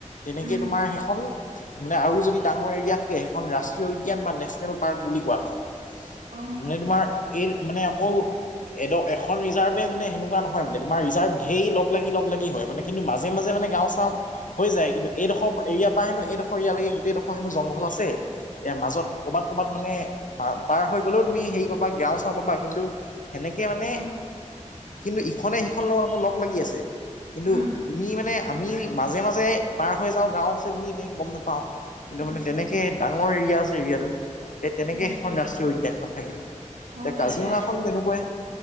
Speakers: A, on the left (about 80°); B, on the right (about 85°).
A: তেনেকে
B: উম
A: তোমাৰ সেইখন মানে আৰু যদি ডাঙৰ এৰিয়া থাকে সেইখন ৰাষ্ট্ৰীয় উদ্যান বা নেচনেল পাৰ্ক বুলি কোৱা হয়
B: অ
A: মানে তোমাৰ এই মানে অকল এড এখন ৰিজাৰ্ভে মানে সেনেকুৱা নহয় মানে তোমাৰ ৰিজাৰ্ভ ঢেৰ লগ লাগি লগ লাগি হয় মানে কিন্তু মাজে মাজে মানে গাওঁ চাওঁ হৈ যায় কিন্তু এইডোখৰ এৰিয়াৰ পৰা হেনো এইডোখৰ এৰিয়ালৈকে গোটেই ডোখৰ হেনো জংঘল আছে ইয়াৰ মাজত ক'ৰবাত ক'ৰবাত মানে পাৰ হৈ গলেও তুমি হেৰি পাবা গাঁও চাওঁ পাবা কিন্তু সেনেকে মানে
B: উম
A: কিন্তু ইখনে সিখনৰ লগত আকৌ লগ লাগি আছে কিন্তু
B: উম
A: তুমি মানে আমি মাজে মাজে পাৰ হৈ যাওঁ গাওঁ আছে বুলি এনেই গম নেপাওঁ কিন্তু
B: উম
A: মানে তেনেকে ডাঙৰ এৰিয়া আছে এৰিয়াটো সেই তেনেকে
B: উম
A: সেইখন
B: উম
A: ৰাষ্ট্ৰীয় উদ্যানখন থাকে এতিয়া
B: অ তেনেকে
A: কাজিৰঙাখন
B: ৰাইচটো থৈ
A: তেনেকুৱাই
B: দিয়ে